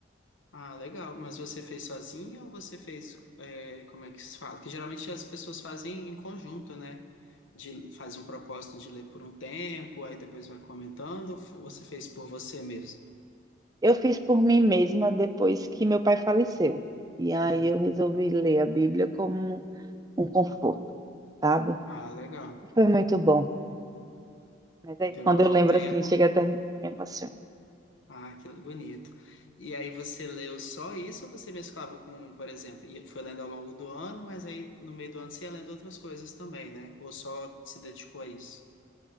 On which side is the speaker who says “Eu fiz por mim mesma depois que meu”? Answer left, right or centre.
Right